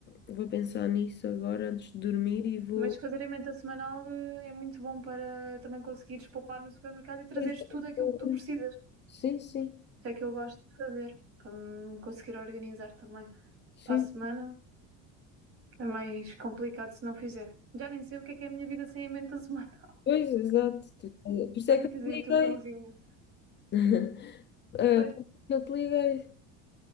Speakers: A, on the left; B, on the right.
A: vou pensar nisso agora antes de dormir e vou.
B: Mas fazer a emenda semanal eh, é muito bom para também conseguires poupar no supermercado e trazeres
A: Pois é,
B: tudo aquilo
A: pois
B: que tu precisas.
A: é. Sim, sim.
B: Isso é que eu gosto de fazer, para me conseguir organizar também.
A: Sim.
B: Para a semana é mais complicado se não fizer. Já nem sei o que é que é a minha vida sem emenda semanal. <laughs>
A: Pois, exato. Tu- eh, Por isso
B: Ai,
A: é que eu
B: tens aí
A: te
B: o teu
A: liguei.
B: cãozinho.
A: <laughs> Ah,
B: Pois,
A: por isso é que eu te liguei.